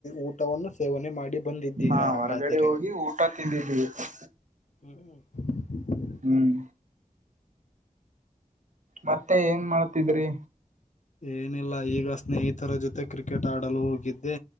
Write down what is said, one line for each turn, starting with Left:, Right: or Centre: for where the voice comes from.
Left: ಊಟವನ್ನು ಸೇವನೆ ಮಾಡಿ ಬಂದಿದ್ದೀರಾ
Right: ಹಾ
Left: ಹಾಗಾದರೆ.
Right: ಹೊರಗಡೆ <unintelligible>
Left: ಹ್ಮ್ ಹೂ
Right: ಹ್ಮ್ ಮತ್ತೆ ಏನ್ ಮಾಡತಿದ್ರಿ.
Left: ಏನಿಲ್ಲ ಈಗ ಸ್ನೇಹಿತರ ಜೊತೆ ಕ್ರಿಕೆಟ್ ಆಡಲು ಹೋಗಿದ್ದೆ